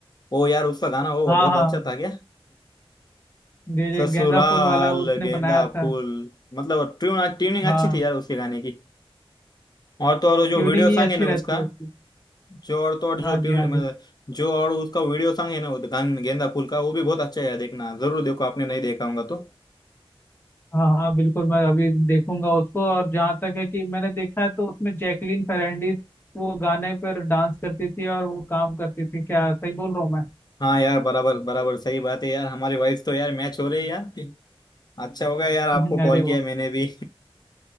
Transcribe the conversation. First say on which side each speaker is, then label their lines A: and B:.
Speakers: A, on the left; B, on the left.
A: वो यार उसका गाना वो
B: हाँ
A: बहुत
B: हाँ
A: अच्छा था क्या <laughs>
B: ये जो
A: ससुराल
B: गेंदा फूल वाला उसने
A: गेंदा
B: बनाया था
A: फूल मतलब ट्यून ट्यूनिंग
B: हाँ
A: अच्छी थी यार उसके गाने की और तो और वो जो
B: ट्यूनिंग
A: वीडियो
B: ही
A: सॉन्ग
B: अच्छी
A: है ना
B: रहती
A: उसका
B: है उसकी
A: जो और तो और जो
B: हाँ जी
A: ट्यून
B: हाँ जी
A: मतलब जो और उसका वीडियो सॉन्ग है ना वो गान गेंदा फूल का वो भी बहुत अच्छा है यार देखना जरूर देखो आपने नहीं देखा होगा तो
B: हाँ हाँ बिल्कुल मैं अभी देखूंगा उसको और जहाँ तक है कि मैंने देखा है तो उसमें जैकलीन फर्नांडीज वो गाने पर डांस करती थी और वो काम करती थी क्या सही बोल रहा हूँ
A: हाँ यार बराबर बराबर सही बात है यार हमारी वाइफ तो यार मैच हो रही है यार अच्छा हो गया यार आपको
B: मैं
A: कॉल
B: <laughs> अरे वो
A: किया मैंने भी